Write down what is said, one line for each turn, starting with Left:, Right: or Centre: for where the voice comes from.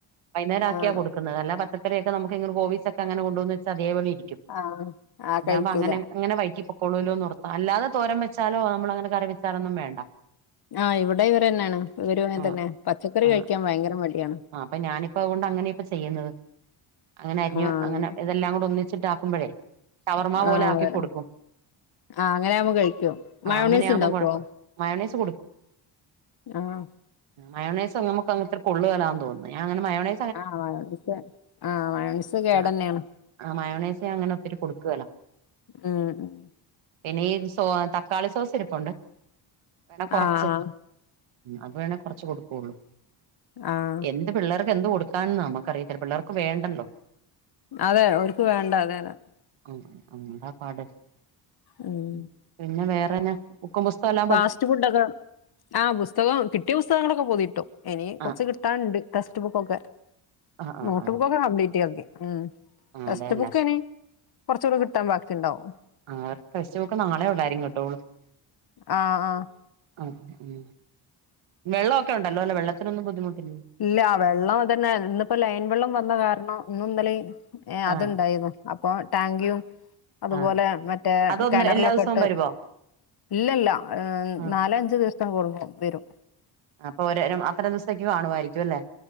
Right: വൈന്നോരം ആക്കിയാ
Left: ആഹ്
Right: കൊട്ക്കാന്നത് അല്ലാ പ പച്ചക്കറി ഒക്കെ നമുക്ക് ഇങ് ഗോവിസ് അങ്ങനെ കൊണ്ട് വന്നാ വെച്ചാ അതേപ്പോലെ ഇരിക്കും
Left: ആഹ് ആഹ്
Right: ഇതാകുമ്പോ
Left: കഴിക്കൂല
Right: അങ്ങനെ അങ് വയതി പോക്കും കൊളളുല്ലൊന്ന് ഓർത്താ അല്ലതെ തോരൻ വെച്ചാല്ലോ നമ്മള് അങ്ങനെ കറി വച്ചാലൊന്നും വേണ്ട
Left: ആഹ് ഇവടെ ഇവർ തന്നെയാണ് ഇവര് അങ്ങനെ
Right: ആഹ്
Left: തന്നെ പച്ചക്കറി
Right: ആഹ്
Left: കയിക്കാൻ ബയങ്കര മടിയാണ്
Right: ആഹ് അപ്പേ ഞാന് ഇപ്പേ അത് കൊണ്ട് അങ്ങനെക്കേ ചെയ്യന്നത് അങ്ങനെ അഞ്ഞ്
Left: ആഹ്
Right: അങ്ങനെ ഇതെല്ലാം കൂടെ ഒന്നി വെച്ചിട്ടാക്ക്മ്പോഴേ ഷവർമ പോലെ
Left: ആഹ്
Right: ആക്കി
Left: അതെല്ലേ
Right: കൊട്ക്കും
Left: ആഹ് അങ്ങനെ ആവ്മ്പോ കഴിക്കും മയണോസ്
Right: അങ്ങനെയാകുമ്പം
Left: ഇണ്ട്യാക്കോ
Right: കൊഴപ്പം മയോണൈസ്
Left: ആഹ്
Right: മയോണേസ് നമ്മക്ക് അങ്ങനത്തെ കൊള്ളു വേലാന്ന് തോന്നു ന്നുഞാ അങ്ങനെ മയോണേ
Left: ആഹ് <unintelligible> ആഹ് മയോണേസ് കേട്ന്ന്യാണ്
Right: ആഹ് ആഹ് മയോണേസ് അങ്ങനെ ഒത്തിരി കൊട്ക്കേല്ല
Left: ഉം ഉം
Right: എനി ഈ സോ തക്കാളി സോസ് ഇര്പ്പോണ്ട് <unintelligible> കൊറച്ച്
Left: ആഹ് ആഹ്
Right: അത് വേണേ കൊറച്ച് കൊടുക്കുകേള്ളൂ
Left: ആഹ്
Right: ൻ്റെപിള്ളേർക്ക് എന്ത് കൊടുക്ക്യാന്നാ നമ്മക്ക് അറിയത്തില്ലാ പിള്ളേർക്ക് വേണ്ടല്ലോ
Left: അതെ ഓൽക്ക് വേണ്ടാ അത് തന്നെ
Right: ഉം <unintelligible>
Left: ഉം
Right: പിന്നെ വേറെന്നാ ബക്കും പുസ്തകല്ലാ
Left: ഫാസ്റ്റ് ഫുഡ് ഒക്കെ ആഹ് പുസ്തകം കിട്ടിയ പുസ്തകങ്ങളൊക്കെ പൊതിട്ടു ഇനി കൊറച്ച്
Right: ആ
Left: കി ട്ടാൻ ണ്ട് ടെസ്റ്റ് ബുക്കൊക്കെ
Right: ആ ആ
Left: നോട്ട്
Right: ആ
Left: ബുക്കൊക്കെ കംപ്ലീറ്റ് ആക്കി ഉം
Right: ആ
Left: ടെക്സ്റ്റ്
Right: അതെയല്ലേ
Left: ബുക്ക് ഇനി കൊറച്ചുകൂടി കിട്ടാൻ ബാക്കി ഇണ്ടാവും
Right: ആഹ് ടെക്സ്റ്റ്‌ ബുക്ക് നാളെ ഒള്ളരിക്കും <unintelligible>
Left: ആഹ് ആഹ്
Right: ആഹ് ഉം വെള്ളൊക്കെ ഒണ്ടല്ലോ അല്ലോ വെള്ളത്തിനൊന്നും ബുദ്ധിമുട്ട്
Left: ഇല്ല വെള്ളം അത് തന്നെ ഇന്ന് ഇപ്പോ ലൈൻ വെള്ളം വന്നാ കാരണം ഇന്നും ഇന്നലെയും യെ അത്
Right: ആ
Left: ഇണ്ടാരുന്നു അപ്പൊ ടാങ്കിലും അതുപോലെ
Right: ആ
Left: മറ്റേ
Right: അതൊന്ന്
Left: കേനറിലൊക്കെ
Right: എല്ലാ ദിവസവും
Left: ഇട്ട്
Right: വരുവോ
Left: ഇല്ല ല്ല
Right: ആ
Left: നാലേ അഞ്ച് ദിവസാത്തെ കുട്മ്പോം വേരും
Right: അപ്പൊ ഓര് അത്ര ദിവസത്തേക്ക് കാണു ആയിരിക്കും അല്ലേ